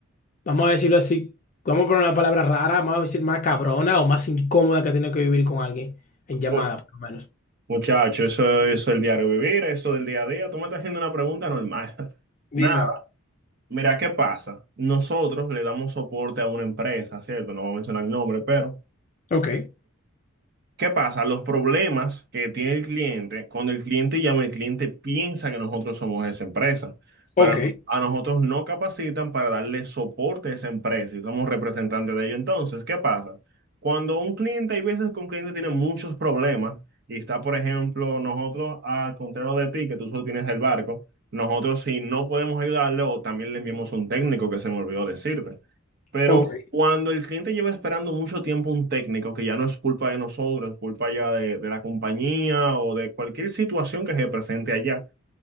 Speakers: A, on the left (about 35°); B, on the right (about 45°).
A: vamos a decirlo así, vamos a poner una palabra rara, vamos a decir más cabrona o más incómoda que ha tenido que vivir con alguien en llamada,
B: pu-
A: por lo menos.
B: muchacho, eso, eso es el diario vivir, eso del día a día. Tú me estás haciendo una pregunta normal. <laughs>
A: Dime
B: Nada,
A: a ver.
B: mira, ¿qué pasa? Nosotros le damos soporte a una empresa, ¿cierto? No voy a mencionar el nombre, pero
A: Ok,
B: ¿Qué pasa? Los problemas que tiene el cliente, cuando el cliente llama, el cliente piensa que nosotros somos esa empresa, pero
A: ok,
B: a nosotros no capacitan para darle soporte a esa empresa y somos representantes de ello. Entonces, ¿qué pasa? Cuando un cliente, hay veces que un cliente tiene muchos problemas y está, por ejemplo, nosotros, al contrario de ti, que tú solo tienes el barco, nosotros si no podemos ayudarle o también le enviamos un técnico que se me olvidó decirte. Pero
A: ok,
B: cuando el cliente lleva esperando mucho tiempo un técnico, que ya no es culpa de nosotros, es culpa ya de, de la compañía o de cualquier situación que se presente allá,